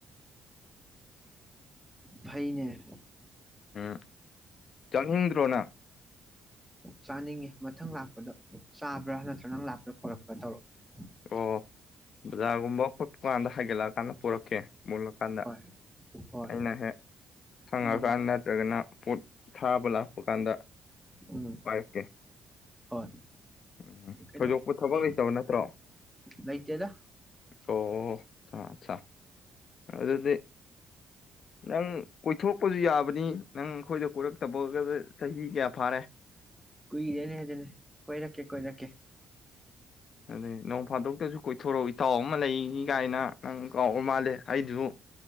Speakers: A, in the centre; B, on the left (about 55°).
A: ꯐꯥꯏꯅꯦ
B: ꯎꯝ ꯆꯥꯅꯤꯡꯗ꯭ꯔꯣꯅ
A: ꯆꯥꯅꯤꯡꯉꯦ ꯃꯊꯪ ꯂꯥꯛꯄꯗ ꯆꯥꯕ꯭ꯔꯥ ꯅꯠꯇ꯭ꯔ ꯅꯪ ꯂꯥꯛꯄ꯭ꯔꯥ ꯄꯣꯔꯛꯄ꯭ꯔꯥ ꯇꯧꯔꯛꯑꯣ
B: ꯑꯣ ꯕꯖꯥꯔꯒꯨꯝꯕ ꯈꯣꯠꯄ ꯀꯥꯟꯗ ꯍꯥꯏꯒꯠꯂꯛꯑꯀꯥꯟꯗ ꯄꯨꯔꯛꯀꯦ ꯃꯨꯜꯂꯀꯥꯟꯗ
A: ꯍꯣꯏ ꯍꯣꯏ
B: ꯑꯩꯅ ꯍꯦꯛ ꯁꯪꯉꯀꯥꯟ
A: ꯎꯝ
B: ꯅꯠꯇ꯭ꯔꯒꯅ ꯄꯣꯠ ꯊꯥꯕ ꯂꯥꯛꯄ ꯀꯥꯟꯗ
A: ꯎꯝ
B: ꯄꯥꯏꯔꯛꯀꯦ
A: ꯍꯣꯏ
B: ꯎꯝ
A: ꯀꯩꯅꯣ
B: ꯊꯣꯏꯗꯣꯛꯄ ꯊꯕꯛ
A: ꯀꯩꯅꯣ
B: ꯂꯩꯇꯕ ꯅꯠꯇ꯭ꯔꯣ
A: ꯂꯩꯇꯦꯗ
B: ꯑꯣ ꯆꯥ ꯑꯗꯨꯗꯤ ꯅꯪ ꯀꯣꯏꯊꯣꯛꯄꯁꯨ ꯌꯥꯕꯅꯤ ꯅꯪ ꯑꯩꯈꯣꯏꯗ ꯀꯣꯏꯔꯛꯇꯕꯒ ꯆꯍꯤ ꯀꯌꯥ ꯐꯥꯔꯦ
A: ꯀꯣꯏꯔꯦꯅꯤ ꯍꯥꯏꯖꯅꯦ ꯀꯣꯏꯔꯛꯀꯦ ꯀꯣꯏꯔꯛꯀꯦ
B: ꯑꯗꯨꯅꯤ ꯅꯣꯡ ꯐꯥꯗꯣꯛꯇꯁꯨ ꯀꯣꯏꯊꯣꯔꯛꯎ ꯏꯇꯥꯎ ꯑꯃ ꯂꯩꯅꯤ ꯀꯥꯏꯅ ꯅꯪ ꯀꯥꯎꯔ ꯃꯥꯜꯂꯦ ꯑꯩꯁꯨ